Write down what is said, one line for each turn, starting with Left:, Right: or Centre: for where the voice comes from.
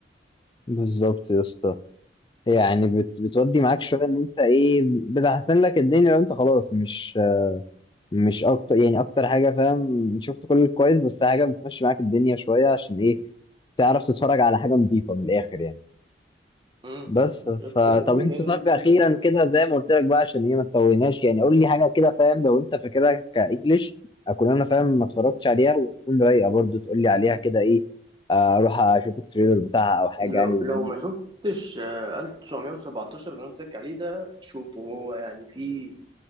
Left: بالظبط يا اسطى يعني بت... بتودي معاك شويه ان انت ايه بتحسن لك الدنيا لو انت خلاص مش مش اكتر يعني اكتر حاجه فاهم شفت كل الكويس بس حاجه بتمشي معاك الدنيا شويه عشان ايه تعرف تتفرج على حاجه نظيفه من الاخر يعني
Right: امم
Left: بس
Right: بالظبط
Left: فطب
Right: هي دي
Left: انت
Right: هي
Left: طب
Right: دي الفكره
Left: اخيرا كده زي ما قلت لك بقى عشان ايه ما تطولناش يعني قول لي حاجه كده فاهم لو انت فاكرها كانجليش اكون انا فاهم ما اتفرجتش عليها وتكون رايقه برضو تقول لي عليها كده ايه آه، اروح اشوف التريلر بتاعها او حاجه
Right: لو
Left: يعني بما
Right: لو
Left: انك
Right: ما شفتش آه، 1917 اللي انا قلت لك عليه ده شوفه هو يعني فيه